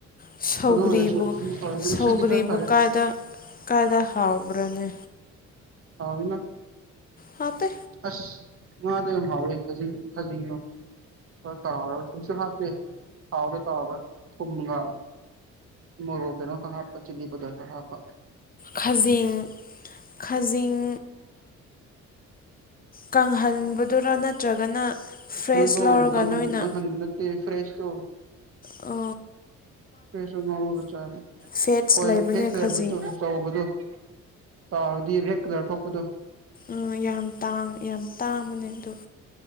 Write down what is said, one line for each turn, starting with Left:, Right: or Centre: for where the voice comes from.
Left: ꯁꯧꯒ꯭ꯔꯤꯕꯨ
Right: ꯑꯗꯨ ꯎꯦ
Left: ꯁꯧꯒ꯭ꯔꯤꯕꯨ
Right: ꯁꯤꯗꯤ ꯈꯔꯕ ꯐꯔꯦ
Left: ꯀꯥꯏꯗ ꯀꯥꯏꯗ ꯍꯥꯥꯎ ꯎꯕ꯭ꯔꯅꯦ
Right: ꯑꯥꯎꯕꯤꯅ
Left: ꯍꯥꯎꯇꯦ
Right: ꯑꯁ ꯉꯗ ꯌꯥꯝ ꯍꯥꯎꯋꯦ ꯈ ꯈꯖꯤꯡꯅꯣ ꯈ ꯇꯥꯎꯔꯒꯁꯨ ꯍꯥꯇꯦ ꯊꯥꯎꯗ ꯇꯥꯕ ꯊꯨꯝꯒ ꯔꯣ ꯀꯦꯅꯣ ꯈ ꯍꯥꯄ ꯆꯤꯂꯤ ꯄꯗꯥꯊ ꯍꯥ ꯍꯥꯄ
Left: ꯈꯖꯤꯡ ꯈꯖꯤꯡ ꯀꯪꯍꯟꯕꯗꯨꯔꯥ ꯅꯠꯇ꯭ꯔꯒꯅ ꯐ꯭ꯔꯦꯁ
Right: ꯅꯪ ꯂꯣ
Left: ꯂꯧꯔꯒ
Right: ꯀꯪꯈꯟ
Left: ꯅꯣꯏꯅ
Right: ꯀꯪꯈꯟ ꯂꯦ ꯐ꯭ꯔꯦꯁ
Left: ꯑ
Right: ꯐꯦꯁꯨ ꯉꯥꯎꯔꯒ ꯆꯥꯕ
Left: ꯐꯦꯠꯁ
Right: ꯍꯣꯏ
Left: ꯂꯩꯕꯅꯦ
Right: ꯐꯦꯁ ꯂꯩ
Left: ꯈꯖꯤꯡ
Right: ꯆꯥꯎꯕꯗꯨ ꯇꯥꯔꯗꯤ ꯔꯦꯗꯔ ꯊꯣꯛꯣꯄꯗꯣ
Left: ꯎ ꯌꯥꯝ ꯇꯥꯡ ꯌꯥꯝ ꯇꯥꯡꯕꯅꯦ ꯑꯗꯨꯣ